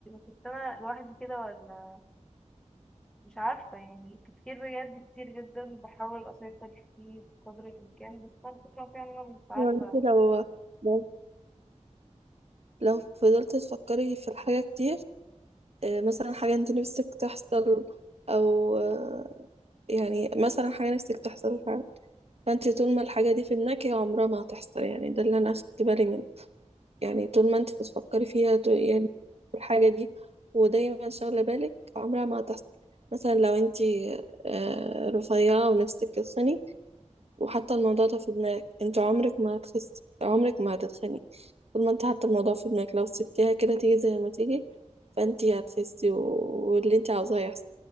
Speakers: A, in the centre; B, on the right.
A: كنت انا لوحدي كده ولا مش عارفة يعني تفكير بجد كتير جدا بحاول اسيطر فيه بقدر الامكان بس انا الفكرة فيها ان انا مش عارفة
B: وانت لو لو لو فضلت تفكري في الحاجة كتير آه، مثلا حاجة انت نفسك تحصل او آه، يعني مثلا حاجة نفسك تحصل فعلا فانت طول ما الحاجة دي في دماغك هي عمرها ما هتحصل يعني ده اللي انا اخدت بالي منه يعني طول ما انت بتفكري فيها ط- يعني في الحاجة دي ودايما شاغلة بالك عمرها ما هتحصل مثلا لو انت آه، رفيعة ونفسك تتخني وحتى الموضوع ده في دماغك انت عمرك ما هتخسي عمرك ما هتتخني طول ما انت حاطه الموضوع في دماغك لو سبتيها كده تيجي زي ما تيجي فانت هتخسي و... واللي انت عاوزاه يحصل